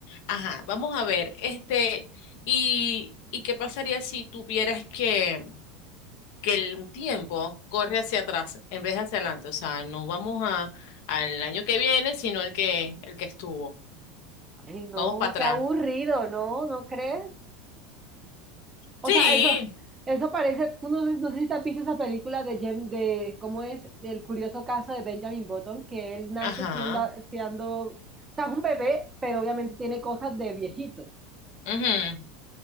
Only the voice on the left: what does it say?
Ajá, vamos a ver, este, y, ¿y qué pasaría si tuvieras que que el tiempo corre hacia atrás en vez de hacia adelante. O sea, no vamos a, al año que viene, sino el que, el que estuvo.
Vamos para atrás.
Sí.
Ajá.
ujú,